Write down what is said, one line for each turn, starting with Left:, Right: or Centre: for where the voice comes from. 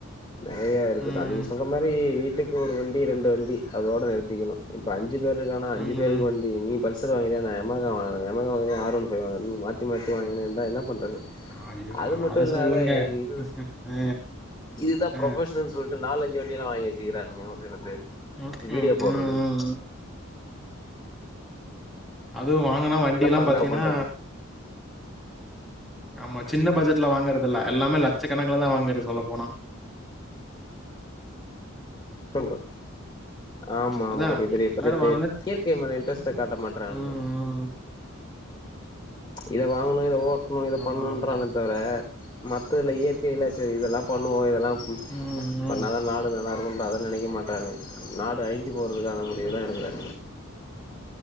Left: நெறையா இருக்குதா
Centre: ம்,
Left: நீங்க சொல்ற மாரி வீட்டுக்கு ஒரு வண்டி ரெண்டு வண்டி அதோடு நிறுத்திக்கணு இப்ப அஞ் அஞ்சு பேருக்கானா
Centre: ம்.
Left: அஞ்சு பேருக்கு வண்டி நீ பல்சர் வாங்கிரியா நா எமகா வாங்றே எமகா வாங் ஆற் ஒன் ஃபைவ் வாங்றது மாத்தி மாத்தி வாங்கினுந்த என்ன பண்றது
Centre: ஐயோ!
Left: அது மட்டு
Centre: அத
Left: இல்லாத
Centre: சொல்லுங்க.
Left: எனக்கு இது
Centre: அ,
Left: இதுதா
Centre: அ.
Left: ப்ரொபஷனல் சொல்டு நாலஞ் டுவண்டிலா வாங்கி வெச்சிக்றார் ங்க ஒரு சில பேர்
Centre: ம்,
Left: வீடியோ
Centre: ம்,
Left: போடுறது
Centre: ம், ம். அதுவு வாங்குன வண்டி எல்லா
Left: பண்ணா
Centre: பாத்தீங்கனா
Left: பண்றது
Centre: ஆமா சின்ன பட்ஜெட்ல வாங்கறத இல்ல எல்லாமே லட்சக்கணக்லதா வாங்கறது சொல்ல போனா
Left: சொல்ற ஆமா
Centre: அதான்
Left: ஆமா பெரிய பெரிய
Centre: எல்லாரும்
Left: பட்ஜெட்டு
Centre: வாங்குன
Left: இயற்கை
Centre: சின்
Left: மேல இன்ட்ரெஸ்ட்டு காட்ட மாட்டறானுங்க
Centre: ம்.
Left: இத வாங்கணு இத ஓ ட்டணு இது
Centre: ஆமா,
Left: பண்னுறானே
Centre: ஆமா.
Left: தவற மத்த இல இயற்கைல செரி இதெல்லா பண்ணுவோ இதெல்லாம்
Centre: ம்,
Left: பண்ணாதா
Centre: ம்.
Left: நாடு நல்லாருக்கு அத நெனைக்க மாட்றாங்க நாடு அழிஞ்சி போறதுக்கான முடிவு தா எடுக்குறா